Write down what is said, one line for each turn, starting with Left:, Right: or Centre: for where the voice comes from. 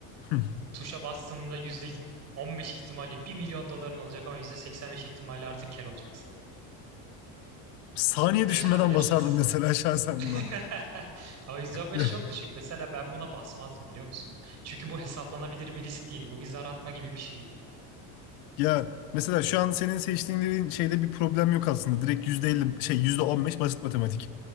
Left: Hı.
Right: Tuşa bastığında yüzde on beş ihtimalle bir milyon doların olacak ama yüzde 85 ihtimalle artık kel olacaksın.
Left: Saniye
Right: Yaşanabilir.
Left: düşünmeden basardım mesela <laughs> şahsen
Right: <laughs>
Left: buna.
Right: Ama yüzde on beş
Left: Ya,
Right: çok düşük. Mesela ben buna basmazdım biliyor musun? Çünkü bu hesaplanabilir bir risk değil. Bu bir zar atma gibi bir şey.
Left: ya mesela şu an senin seçtiğin şeyde bir problem yok aslında. Direkt %50 şey %15 basit matematik.